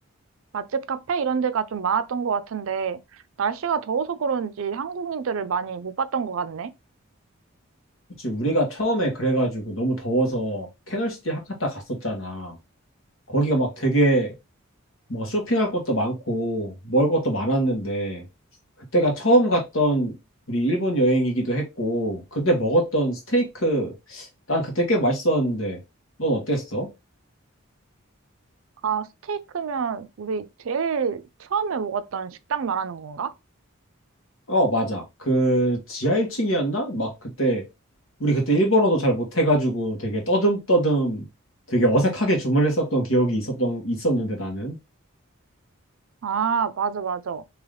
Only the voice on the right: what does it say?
맛집 카페? 이런 데가 좀 많았던 것 같은데, 날씨가 더워서 그런지 한국인들을 많이 못 봤던 것 같네.
아, 스테이크면 우리 제일 처음에 먹었던 식당 말하는 건가?
아, 맞아, 맞아.